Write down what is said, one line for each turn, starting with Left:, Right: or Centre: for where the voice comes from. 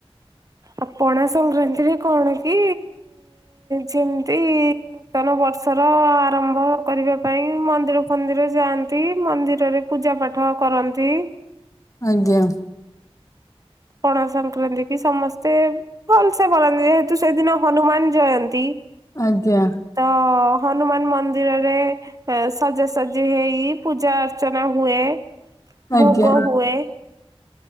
Right: ଆ ପଣାସଂକ୍ରାନ୍ତିରେ କଣ କି ଯେମତି ନୂତନବର୍ଷର ଆରମ୍ଭ କରିବା ପାଇଁ ମନ୍ଦିର ଫନ୍ଦିର ଯାଆନ୍ତି ମନ୍ଦିରରେ ପୂଜାପାଠ କରନ୍ତି।
Left: ଆଜ୍ଞା।
Right: ପଣାସଂକ୍ରାନ୍ତି କି ସମସ୍ତେ ଭଲସେ ପାଳନ୍ତି ଯେହେତୁ ସେଦିନ ହନୁମାନ ଜୟନ୍ତୀ
Left: ଆଜ୍ଞା।
Right: ତ ହନୁମାନ ମନ୍ଦିରରେ ହେ ସଜାସଜି ହେଇ ପୂଜା ଅର୍ଚ୍ଚନା ହୁଏ
Left: ଆଜ୍ଞା
Right: ଭୋଗ ହୁଏ